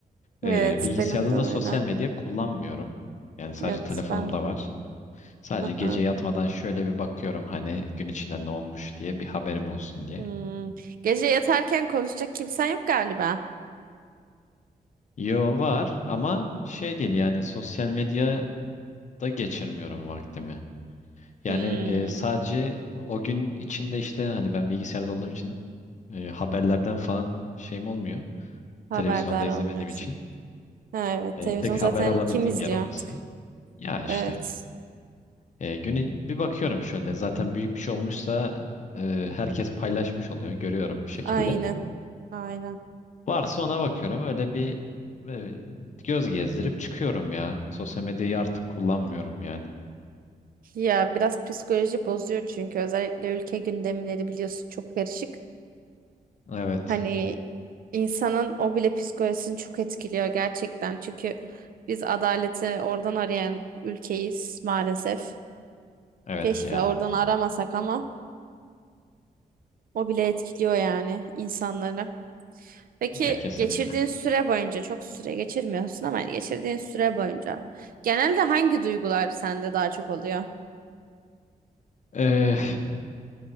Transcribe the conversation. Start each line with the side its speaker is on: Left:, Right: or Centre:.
Right: Evet,
Left: Ee, bilgisayarda
Right: benim de öyle.
Left: da sosyal medya kullanmıyorum. Yani sadece
Right: Evet,
Left: telefonumda
Right: ben.
Left: var. Sadece
Right: Hı
Left: gece
Right: hı.
Left: yatmadan şöyle bir bakıyorum hani gün içinde ne olmuş diye bir haberim olsun diye.
Right: Hmm. Gece yatarken konuşacak kimsen yok galiba.
Left: Yo var ama şey değil yani sosyal medyada geçirmiyorum vaktimi. Yani
Right: Hmm.
Left: e, sadece o gün içinde işte hani ben bilgisayarda olduğum için e, haberlerden falan şeyim olmuyor.
Right: Haberdar
Left: Televizyonda izlemediğim
Right: olmuyorsun.
Left: için.
Right: Ha, evet,
Left: E,
Right: televizyon
Left: tek
Right: zaten
Left: haber alabildiğim
Right: kim izliyor
Left: yer orası.
Right: artık?
Left: Ya işte
Right: Evet.
Left: e, günü bir bakıyorum şöyle zaten büyük bir şey olmuşsa e, herkes paylaşmış oluyor görüyorum bir şekilde.
Right: Aynen. Aynen.
Left: Varsa ona bakıyorum öyle bir e, göz gezdirip çıkıyorum ya. Sosyal medyayı artık kullanmıyorum yani.
Right: Ya biraz psikoloji bozuyor çünkü özellikle ülke gündemleri biliyorsun çok karışık.
Left: Evet.
Right: Hani insanın o bile psikolojisini çok etkiliyor gerçekten. Çünkü biz adaleti oradan arayan ülkeyiz maalesef.
Left: Evet
Right: Keşke
Left: ya.
Right: oradan aramasak ama o bile etkiliyor yani insanları. Peki
Left: Ya kesinlikle.
Right: geçirdiğin süre boyunca çok süre geçirmiyorsun ama yani geçirdiğin süre boyunca genelde hangi duygular sende daha çok oluyor?
Left: E,